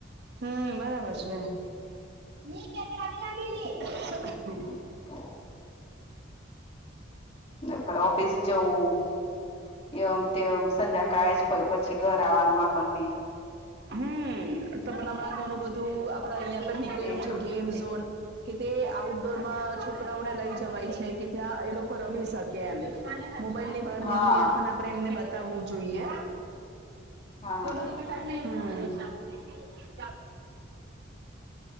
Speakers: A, on the right; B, on the left.
A: હમમ બરાબર છે. <unintelligible>
B: <inaudible> તે પણ ઓફિસ જવું એમ તેમ સાધ્યા કાય જ પય પછી ઘર આવવાનું આપણ બી.
A: હમમ તો પણ હમણાં ઘણું બધું આપણા અહિયાં પણ નીકળ્યું
B: એક
A: છે. ગેમ ઝોન, કે તે આઉટડોર માં છોકરાઓને લઈ જવાય છે. કે ત્યાં એ લોકો પર રમી શકે એમ મોબાઈલ ની બહારની
B: હા
A: દુનિયા પણ આપડે એમને બતાવું જોઈએ.
B: હા
A: ગોલુ તુમ્હે <unintelligible> હમ <inaudible>